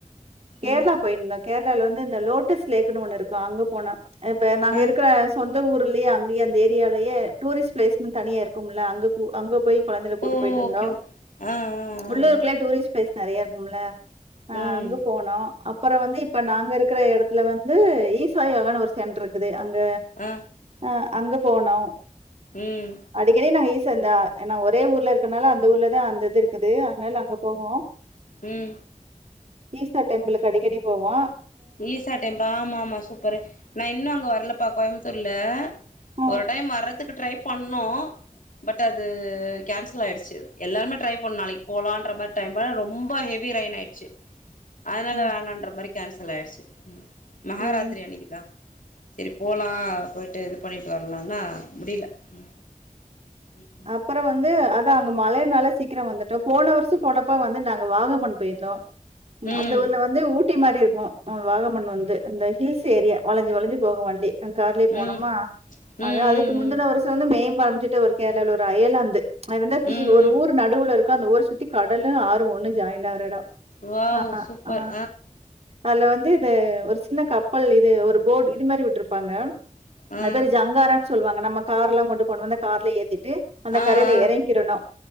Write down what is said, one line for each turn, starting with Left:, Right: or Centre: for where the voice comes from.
Right: கேர்ளா
Left: ம்
Right: போயிருந்தோ கேரளால வந்து இந்த லோட்டஸ் லேக்னு ஒண்ணு இருக்கு அங்க போனோ இப்ப நாங்க
Left: ஆ
Right: இருக்ற சொந்த ஊரு யே அங்கேயே அங்க அந்த ஏரியாலேயே டூரிஸ்ட் பிளேஸ்னு தனியா இருக்கும்ல அங்க கூ அங்க போய் கொழந்தைக்ள கூட்டிட்டு
Left: ஓ
Right: போயிட்டு வந்தோ
Left: ஓகே ஓகே ஆ ஆ
Right: உள்ளூருக்குள்ள
Left: ஆ
Right: டூரிஸ் ட் பிளேஸ் நெறைய இருக்கும்ல ஆ
Left: ம்
Right: அங்க போனோ அப்றோ வந்து இப்ப நாங்க இருக்கிற எடத்துல வந்து ஈசா யோகான்னு ஒரு சென்ட்ரு இருக்குது அங்க
Left: ஆ
Right: ஆ அங்க போனோ
Left: உம்
Right: அடிக்கடி நாங்க ஈசா அந்த என்ன ஒரே ஊர்ல இருக்கனால அந்த ஊர்ல தா அந்தது இருக்குது அதனால அங்க போவோ
Left: உம்
Right: ஈசா டெம்பிளுக்கு அடிக்கடி போவோ
Left: ஈசா டெம்ப் ஆமாமா சூப்பரு நா இன்னு அங்க வரல்ப்பா கோயம்புத்தூருல
Right: ம்,
Left: ஒரு டைம் வர்றதுக்கு ட்ரை பண்ணோ பட் அது கேன்சல் ஆயிடுச்சு எல்லாமே ட்ரை பண்ணோ நாளைக்கு போலான்ற மாறி டைம் ரொம்ப ஹெவி ரைன் ஆயிச்சு அதனால
Right: ம்,
Left: வேணான்ற மாறி கேன்சல் ஆயிடுச்சு மகாராத்திரி
Right: ம்.
Left: அன்னைக்குதா சேரி போலா போயிட்டு இது பண்ணிட்டு வர்லான்னா முடில உம் உம் ம்
Right: அப்றோ வந்து அதா அங்க மழைனால சீக்கிரோ வந்துட்டோ போன வருஷோ போனப்ப வந்து நாங்க வாகமன் போயிருந்தோ உம்
Left: ம்
Right: அந்த ஊர்ல வந்து ஊ ட்டி மாறி இருக்கு வாகமன் வந்து அந்த ஹீல்ஸ் ஏரியா வளஞ்சு வளஞ்சு போகூ வண்டி கார்லயே போனோமா
Left: ம்
Right: அத
Left: ம் ம்
Right: அதுக்கு முந்தின
Left: ம்
Right: வருஷோ வந்து மேம்பரச்சுட்டு ஒரு கேர்ளாவுல ஒரு ஐயர்லேந்து அது வந்து தீ
Left: ம்
Right: ஒரு
Left: ம்
Right: ஊர் நடுவுல இருக்கு அந்த ஊர சுத்தி கடலு ஆறு ஒண்ணு ஜாயின்டா இருக் கு எடோ
Left: வாவ்
Right: ஆ
Left: சூப்பர்
Right: ஆ அதுல வந்து ஒரு சின்ன கப்பல் இது ஒரு போட் இது மாறி வுட்ருப்பாங்க
Left: ஆ ஆ
Right: அது பேரு ஜங்காரனு சொல்லுவாங்க நம்ம கார்லா கொண்டு போனோந்த கார்லே ஏத்திட்டு அந்த
Left: ஆ ஆ ஆ
Right: கரைல எறங்கிக்கிடணு
Left: ஆ